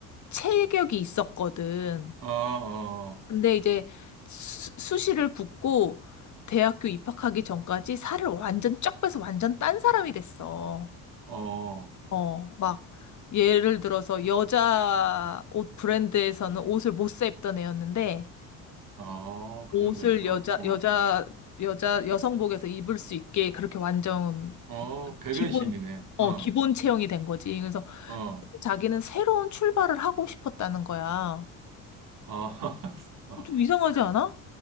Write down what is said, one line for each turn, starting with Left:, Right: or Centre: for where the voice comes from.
Left: 체격이 있었거든.
Right: 어, 어,
Left: 근데 이제 수, 수시를 붙고 대학교 입학하기 전까지 살을 완전 쫙 빼서 완전 딴 사람이 됐어.
Right: 어,
Left: 어, 막 예를 들어서 여자 옷 브랜드에서는 옷을 못사 입던 애였는데
Right: 어, 그
Left: 옷을
Right: 정도였어.
Left: 여자
Right: 어,
Left: 여자 여자 여성복에서 입을 수 있게 그렇게 완전
Right: 어, 대변신이네.
Left: 기본 어
Right: 어,
Left: 기본 체형이 된 거지. 그래서
Right: 어.
Left: 자기는 새로운 출발을 하고 싶었다는 거야.
Right: 아, <laughs> 아,
Left: 어, 좀 이상하지 않아?